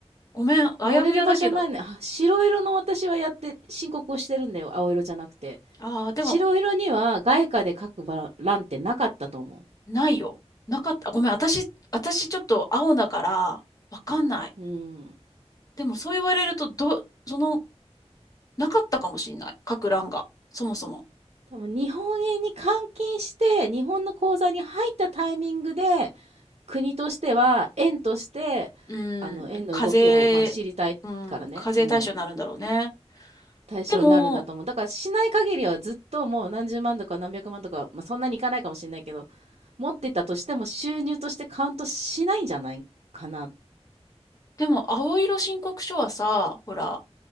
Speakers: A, on the left; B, on the right.
A: ごめん、あやふやだけど。
B: 乗れる場所ないね。あ白色の私はやって申告をしてるんだよ。青色じゃなくて。
A: ああ、でも、
B: 白色には外貨で描くば欄ってなかったと思
A: ないよ。なかった。ごめん、私、私ちょっと青だから、わかんない。
B: う。うん。
A: でも、そう言われると、ど、その、なかったかもしんない。各欄が。そもそも。
B: 多分日本円に換金して日本の口座に入ったタイミングで国としては円としてあの円の動きをまあ知りたいからね、
A: うーん、課税、うん、課税対象になるんだろうね。
B: うん、対象になるんだと思うだからしない限りはずっともう何十万とか何百万とか、
A: でも、
B: まあ、そんなにいかないかもしれないけど持ってたとしても収入としてカウントしないんじゃないかな、
A: でも、青色申告書はさ、ほら、